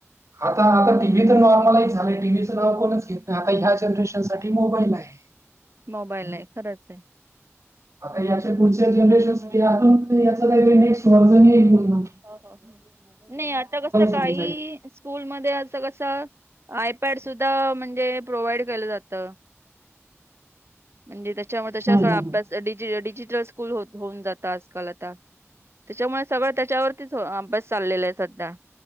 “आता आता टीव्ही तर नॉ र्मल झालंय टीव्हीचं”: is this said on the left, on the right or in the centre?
Right